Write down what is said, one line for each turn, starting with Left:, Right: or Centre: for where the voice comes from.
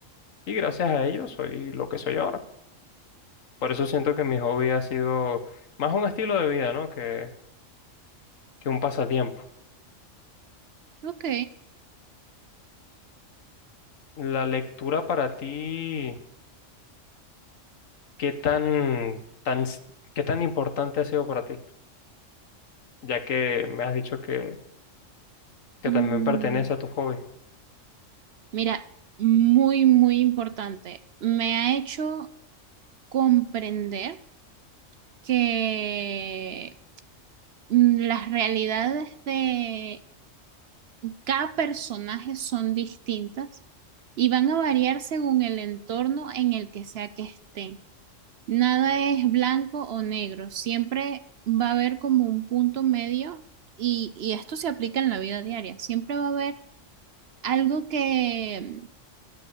Left: y gracias a ello soy lo que soy ahora. Por eso siento que mi hobby ha sido más un estilo de vida, ¿no? Que, que un pasatiempo.
Right: Ok.
Left: La lectura para ti, ¿qué tan, tan, s- qué tan importante ha sido para ti? Ya que me has dicho que, que
Right: Mm,
Left: también pertenece a tu hobby.
Right: mira, muy, muy importante. Me ha hecho comprender que mm, las realidades de cada personaje son distintas y van a variar según el entorno en el que sea que estén. Nada es blanco o negro, siempre va a haber como un punto medio y, y esto se aplica en la vida diaria, siempre va a haber algo que,